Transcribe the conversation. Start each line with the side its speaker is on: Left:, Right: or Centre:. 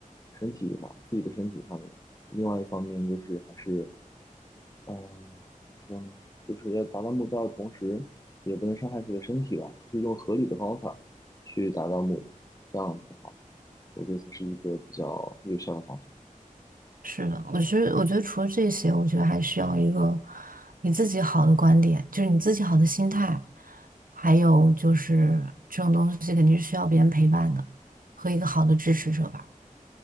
Left: 身体吧，自己的身体上面。另外一方面就是还是，嗯、怎么说呢？就是要达到目标的同时，也不能伤害自己的身体吧，就是用合理的方法去达到目的。这样子的话，我觉得才是一个比较有效的方法。
Right: 是的，我觉得，我觉得除了这些，我觉得还需要一个你自己好的观点，就是你自己好的心态，还有就是这种东西肯定是需要别人陪伴的，和一个好的支持者吧。